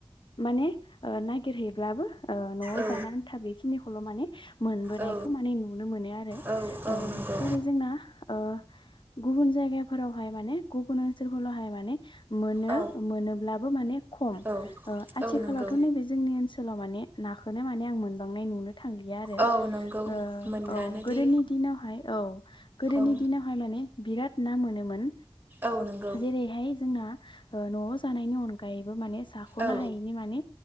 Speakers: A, on the left (about 60°); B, on the right (about 20°).
A: माने नागेरहै ब्लाबो ओ न'आव
B: औ
A: जानो आन्था बेखिनिखौल' माने मोनबोनायखौ
B: औ
A: माने नुनो मोनो आरो।
B: औ औ
A: ओ
B: नंगौ
A: जेरै जोंना ओ गुबुन जायगाफोरावहाय माने गुबुन ओनसोलफोरावहाय माने मोनो
B: औ
A: मोनोब्लाबो माने खम।
B: औ
A: ओ आथिखालावथ'
B: औ नंगौ
A: नैबे जोंनि ओनसोलाव माने नाखौननो माने आं मोनबांनाय नुनो थांलिया आरो।
B: औ नंगौ
A: ओ
B: मोनलानोदि
A: औ गोदोनि दिनावहाय, औ गोदोनि
B: औ
A: दिनावहाय माने बिराद ना मोनोमोन।
B: औ नंगौ
A: जेरैहाय जोंना ओ न'आव जानायनि अनगायैबो माने जाख'नो
B: औ
A: हायैनि माने